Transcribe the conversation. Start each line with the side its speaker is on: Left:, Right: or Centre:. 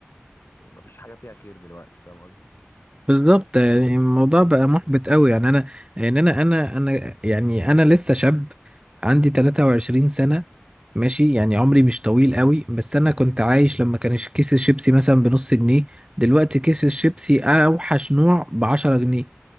Left: مفيش حاجه فيها خير دلوقتي فاهم قصدي
Right: بالظبط يعني الموضوع بقى محبط قوي يعني انا يعني انا انا انا يعني انا لسه شاب عندي 23 سنة ماشي يعني عمري مش طويل قوي بس انا كنت عايش لما كان كيس الشيبسي مثلا بنص جنيه دلوقتي كيس الشيبسي اوحش نوع بعشرة جنيه